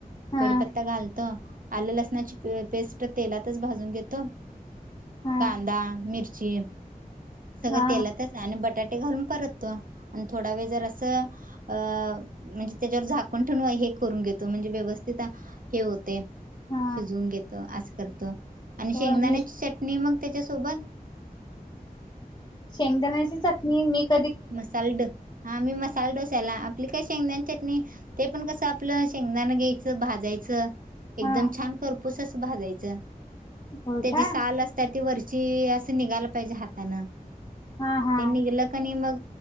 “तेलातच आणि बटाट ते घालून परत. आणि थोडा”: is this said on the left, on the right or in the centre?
Right